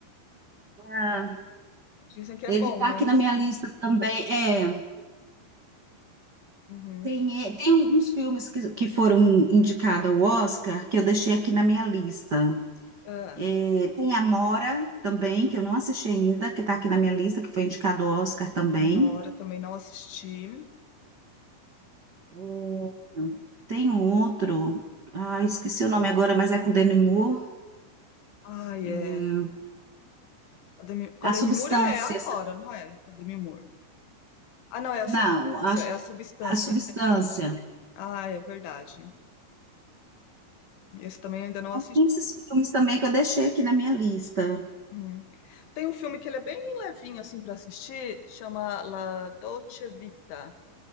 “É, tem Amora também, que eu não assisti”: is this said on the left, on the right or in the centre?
Right